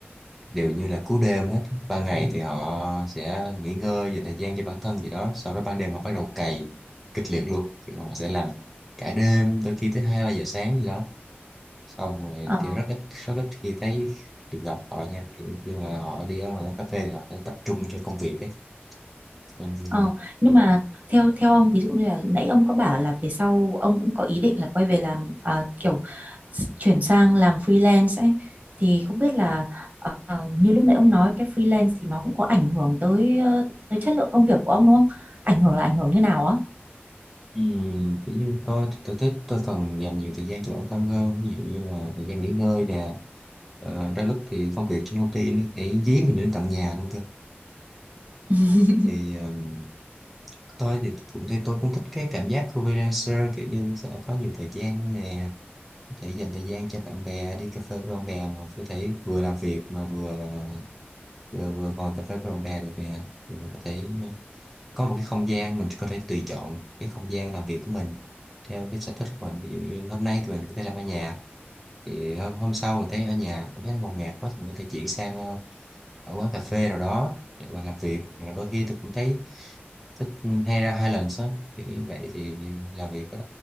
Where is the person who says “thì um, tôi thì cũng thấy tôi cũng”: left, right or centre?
Centre